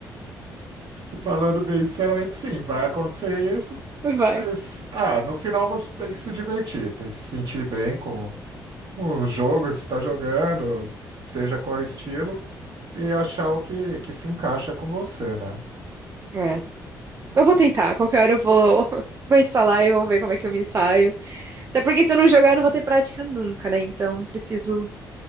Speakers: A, on the right; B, on the right.
A: Falando bem sinceramente, sim, vai acontecer isso,
B: Vai.
A: mas ah, no final você tem que se divertir, tem que se sentir bem com, com o jogo que você está jogando, seja qual estilo, e achar o que, que se encaixa com você, né?
B: É. Eu vou tentar. Qualquer hora eu vou, <laughs> vou instalar e vou ver como é que eu me saio. Até porque se eu não jogar, eu não vou ter prática nunca, né? Então, preciso.